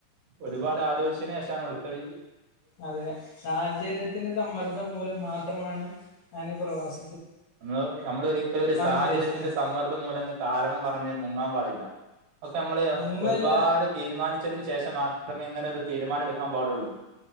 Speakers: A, on the right; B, on the left.
A: ഒരുപാട് ആലോച്ചേന് ശേഷാണൊ ഇട്ത്തത്
B: അതെ സാഹചര്യത്തിന്റെ സമ്മർദ്ദം മൂലം മാത്രമാണ് ഞാന് പ്രവാസ
A: ഞമ്മള് ഞമ്മളൊരിക്കലൊരു സാഹചര്യത്തിന്റെ
B: ഉദ്ദേശിക്കുന്നത്
A: സമ്മർ ദം മൂലംന്ന് കാരണം പറഞ്ഞ് മുങ്ങാൻ പാടില്ല. പ്പൊക്കെ അമ്മള്
B: മുങ്ങല്ല
A: ഒരുപാട് തീരുമാനിച്ചതിന് ശേഷം മാത്രമെ ഇങ്ങ്നൊരു തീരുമാനെടുക്കാൻ പാടുള്ളു